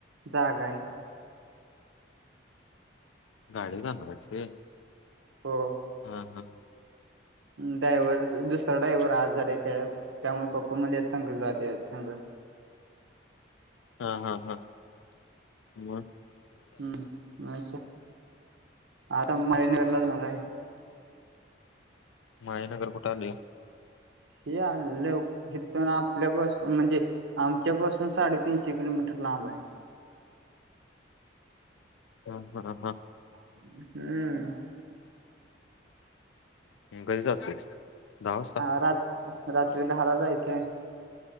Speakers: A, on the right; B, on the left.
A: जागा हाय.
B: गाडीन जाणार हाईस व्हय?
A: हो
B: हा हा.
A: ड्रायव्हर दुसरा ड्राय्हवर आार आहे त्या त्यामुळे पप्पा मला संग जाते सांग.
B: हा हा हा म.
A: हम्म म आता माने नगर ला जा हाय.
B: मायनगर कुठे आल हे?
A: हे आलं आपल्यापस म्हणजे. आमच्या पाासून साडेतीनशे किलोमीटर लांब आहे.
B: हा हा हा.
A: हम्म.
B: कधी जातोयस? दहा वाजता
A: अ रात रात्री दहाला जायचं.